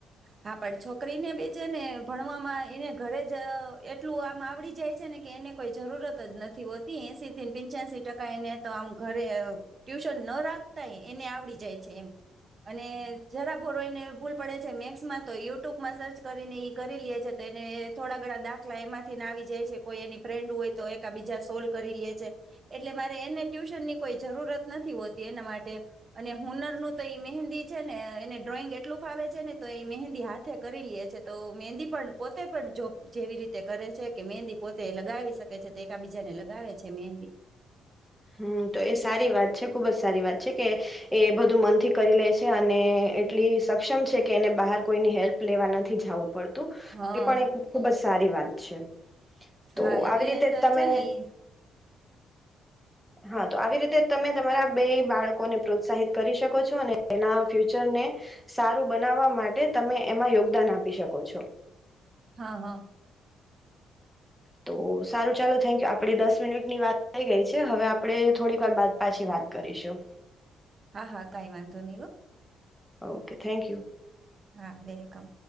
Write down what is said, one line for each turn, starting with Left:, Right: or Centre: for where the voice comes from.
Right: હા પણ છોકરીને બેી છે ને ભણવામાં એને ઘરે જ એટલું આમ આવડી જાય છે ને કે એને કોઈ જરૂરત જ નથી હોતી એસી થી પિંચ્યાશી ટકા એને તો આમ ઘરે ટ્યુશન ના રાખતાય એને આવડી જાય છે એમ અને જરા બોરો એને ભૂલ પડે છે મેક્સ તો યુટ્યુબમાં સર્ચ કરીને ઈ કરી લે છે તો એને થોડા ઘણા દાખલા એમાંથીને આવી જાય છે કોઈ એની ફ્રેન્ડ હોય તો એક બીજા સોલ્ કરી લે છે એટલે મારે એને ટ્યુશન ની કોઈ જરૂરત નથી હોતી એના માટે અને હુનરનું તો એ મહેંદી છે ને એને ડ્રોઈંગ એટલું ફાવે છે ને તો એ મહેંદી હાથે કરી લેઈ છે તો મહેંદી પણ પોતે પણ જો જેવી રીતે કરે છે કે મહેંદી પોતે લગાવી શકે છે તો એકાબીજાને લગાવે છે મહેંદી
Centre: હમ્મ તો એ સારી વાત છે ખુબ જ સારી વાત છે કે એ બધું મનથી કરી લે છે અને એટલી સક્ષમ છે કે એને બહાર કોઈની હેલ્પ લેવા નથી જવું પડતું
Right: હા
Centre: એ પણ એક ખુબ જ સારી વાત પછી તો
Right: હા
Centre: આવી
Right: એટલે
Centre: રીતે
Right: તો
Centre: તમે
Right: છે ને ઈ
Centre: હા તો આવી રીતે તમે તમારા બે બાળકોને પ્રોત્સાહિત કરી શકો છો અને એના ફ્યુચરને સારું બનાવવા માટે તમે એમાં યોગદાન આપી શકો છો
Right: હા હા
Centre: તો સારું ચાલો થેન્ક યુ આપડી દસ મિનિટ ની વાત થઈ ગઈ છે હવે આપડે થોડીક વાર બાદ પછી વાત કરીશું
Right: હા હા કઈ વાંધો નહી હો
Centre: ઓકે થેન્ક યુ
Right: હા વેલકમ